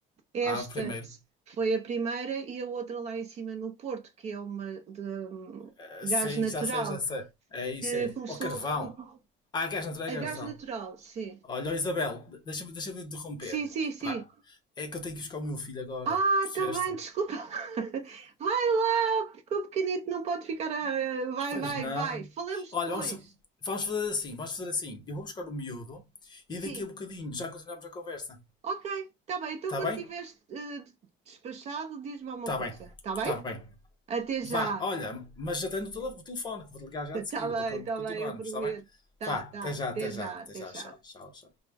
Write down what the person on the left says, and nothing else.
Ah, o primeiro.
Ah,
Sim,
já sei, já sei. É isso,
é.
Ó carvão.
Ah, gás natural, gás
natural.
Olha, ó, Isabel, de- deixa-me deixa-me interromper.
Pá, é que eu tenho que buscar o meu filho agora.
Percebeste?
Pois
não.
Olha,
vamos, vamos fazer assim, vamos fazer assim. Eu vou buscar o miúdo e
daqui a bocadinho já continuamos a conversa.
Está
bem?
Está
bem.
Está bem.
Vá,
olha,
mas já tenho o tele- o telefone, que vou ligar já de
seguida
para con-
continuarmos,
está bem?
Vá, até
já,
até
já, até
já,
tchau, tchau, tchau.